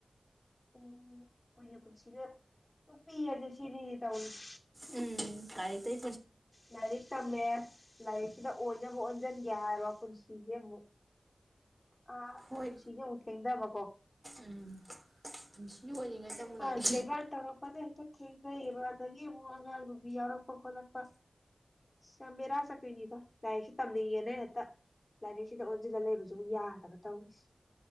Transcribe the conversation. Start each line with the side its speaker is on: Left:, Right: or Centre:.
Left: ꯑꯣ ꯑꯩꯈꯣꯏꯒꯤ ꯄꯨꯟꯁꯤꯗ ꯇꯨꯞꯄꯤ ꯑꯁ ꯁꯤꯅꯤꯗꯤ ꯇꯧꯔꯤꯁꯦ
Right: ꯎꯝ ꯇꯥꯏ ꯇꯩ
Left: ꯂꯥꯏꯔꯤꯛ ꯇꯝꯃꯦ ꯂꯥꯏꯔꯤꯛꯁꯤꯗ ꯑꯣꯏꯅꯕ ꯑꯣꯟꯁꯤꯟꯒꯦ ꯍꯥꯏꯔꯣ ꯄꯨꯟꯁꯤꯁꯦ ꯑꯃꯨꯛ ꯑꯥ
Right: ꯍꯣꯏ
Left: ꯄꯨꯟꯁꯤꯒꯤꯦ ꯑꯃꯨꯛ ꯊꯦꯡꯊꯕꯀꯣ
Right: ꯎꯝ ꯌꯣꯜꯂꯤꯉꯩꯗ
Left: ꯀꯕꯥ
Right: ꯑꯃꯨꯛ ꯂꯥꯛꯏ
Left: ꯀꯩꯕꯥꯥꯟ ꯇꯧꯔꯛꯄꯅꯦ ꯍꯦꯛꯇ ꯊꯦꯡꯅꯩꯑꯕ ꯑꯗꯒꯤ ꯑꯉꯥꯜꯒꯨꯝꯕꯤ ꯌꯥꯎꯔꯛꯄ ꯈꯣꯠꯂꯛꯄ ꯑ ꯌꯥꯝ ꯃꯦꯔꯥ ꯆꯠꯄꯤꯕ ꯂꯥꯏꯔꯤꯛꯁꯤ ꯇꯝꯅꯤꯡꯉꯦꯅ ꯍꯦꯛꯇ ꯂꯥꯏꯔꯤꯛꯁꯤꯗ ꯑꯣꯟꯁꯤꯜꯂ ꯂꯩꯕꯁꯨꯕꯨ ꯌꯥꯗꯕ ꯇꯧꯔꯤꯁꯦ